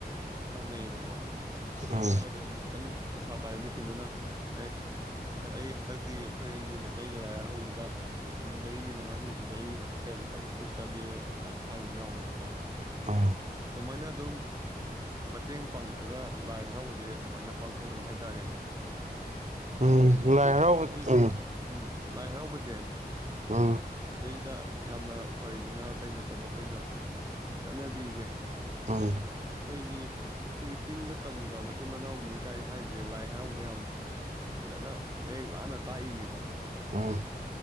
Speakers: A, on the right; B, on the right.
A: ꯇꯧꯅꯩꯌꯦꯕꯀꯣ ꯑꯩꯈꯣꯏ
B: ꯎꯝ
A: ꯂꯩꯀꯥꯏꯗꯨꯗꯁꯨ ꯈꯤꯇꯪ ꯐꯖ ꯄꯩꯁꯥ ꯄꯥꯏꯕ ꯃꯤꯁꯤꯡꯗꯨꯅ ꯑꯦ ꯑꯩ ꯍꯟꯗꯛꯇꯤ ꯑꯩꯈꯣꯏꯒꯤ ꯀꯩꯒꯤ ꯂꯥꯏ ꯍꯔꯥꯎꯕꯁꯤꯗ ꯅꯨꯃꯤꯠ ꯃꯔꯤꯅꯤ ꯃꯉꯥꯅꯤꯁꯤꯗꯤ ꯑꯩꯅ ꯁꯦꯜꯗ ꯆꯪꯕ ꯊꯣꯛꯆꯒꯦ ꯀꯥꯏꯅ ꯍꯥꯏꯕꯁꯨ ꯌꯥꯎꯋꯦꯕꯀꯣ
B: ꯎꯝ
A: ꯑꯗꯨꯃꯥꯏꯅ ꯑꯗꯨꯨꯝ ꯃꯇꯦꯡ ꯄꯥꯡꯉꯛꯑꯒ ꯂꯥꯏ ꯍꯔꯥꯎꯕꯁꯦ ꯑꯗꯨꯃꯥꯏꯅ ꯄꯥꯡꯊꯣꯛꯅꯩ ꯍꯥꯏꯇꯥꯔꯦꯅꯦ
B: ꯎꯝ
A: ꯑꯗꯩꯗꯤ
B: ꯂꯥꯏ
A: ꯑꯩꯈꯣꯏꯒꯤ
B: ꯍꯔꯥꯎꯕ ꯎꯝ
A: ꯎꯝ ꯂꯥꯏ ꯍꯔꯥꯎꯕꯁꯦ
B: ꯎꯝ
A: ꯁꯤꯗꯩꯁꯤꯗ ꯌꯥꯝꯅ ꯐꯔꯤꯁꯤꯅ ꯑꯇꯩ ꯅꯠꯇꯕ ꯑꯩꯈꯣꯏꯅ ꯆꯠꯅꯕꯤꯁꯦ
B: ꯑ
A: ꯑꯩꯈꯣꯏꯒꯤ ꯑꯩꯈꯣꯏꯒꯤ ꯆꯤꯡꯒ ꯇꯝꯒ ꯃꯆꯤꯟ ꯃꯅꯥꯎꯅꯤ ꯀꯥꯏ ꯍꯥꯏꯁꯦ ꯂꯥꯏ ꯍꯔꯥꯎꯕꯗ ꯌꯥꯝ ꯐꯖꯅ ꯃꯌꯦꯛ ꯂꯥꯅ ꯇꯥꯛꯏꯕ
B: ꯑꯥ